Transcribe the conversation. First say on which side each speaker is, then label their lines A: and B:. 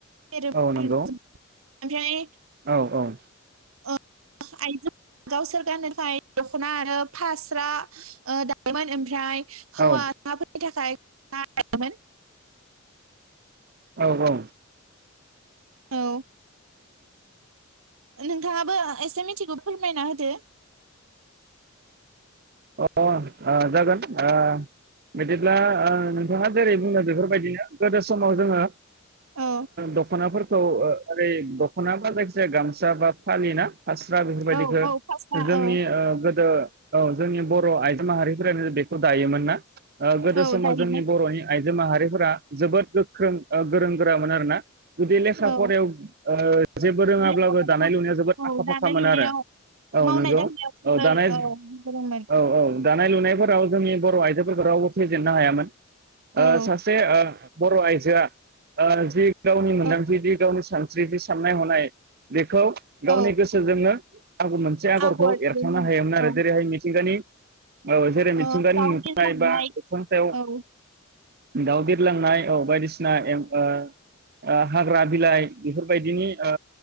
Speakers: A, on the right (about 85°); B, on the right (about 50°).
A: एरोमोन
B: औ नंगौ
A: आरोना ओमफ्राय
B: औ औ
A: ओ आइजो गावसोर गाननो थाखाय दखना आरो फास्रा ओ दायोमोन ओमफ्राय हौवासाफोरनि
B: औ
A: थाखाय दायोमोन
B: औ औ
A: औ नोंथाङाबो एसे मिथिगौ फोरमायना होदो
B: ओ ओ जागोन ओ बिदिब्ला ओ नोंथाङा जेरै बुङो बेफोरबायदिनो गोदो समाव जोङो
A: औ
B: दखनाफोरखौ ओरै दखनाबा जायखिजाया गामसा बा फालिना फास्रा बेफोरबायदिखौ
A: औ औ फास्रा
B: जोंनि
A: औ
B: ओ गोदो बर' आइजो माहारिफोरानो बेखौ दायोमोन ना गोदो
A: औ
B: समाव
A: दायोमोन
B: जोंनि बर'नि आइजो माहारिफोरा जोबोद गोख्रों गोरों गोरामोन आरोना जुदि लेखा
A: औ
B: फरायाव ओ जेबो रोङाब्लाबो
A: लेखा गोरों
B: दानाय लुनायाव जोबोद
A: औ
B: आखा
A: दानाय
B: फाखाम मोन
A: लुनायाव
B: आरो औ
A: मावनाय
B: नंगौ
A: दांनायाव जोबोर
B: औ दानाय
A: औ गोरोंमोन
B: औ औ दानाय लुनायफोराव जोंनि बर'आइजोफोरखौ रावबो फेजेननो हायामोन
A: औ
B: सासे बर' आइजोआ जि गावनि मोनदांथिदि
A: औ
B: गावनि सानस्रिथि साननाय हनाय बे खौ गावनि
A: औ
B: गोसोजोंनो आगर मोनसे आगरखौ
A: आगर एरोमोन
B: एरखावनो हायोमोन आरो
A: औ
B: जेरैहाय <unintelligible> औ जेरै मिथिंगानि
A: ओ दाउ
B: नुथायनाय
A: बिरलांनाय
B: बा अख्रां सायाव
A: औ
B: दाव बिरलांनाय औ बायदिसिना ओ हाग्रा बिलाइ बेफोरबायदिनि ओ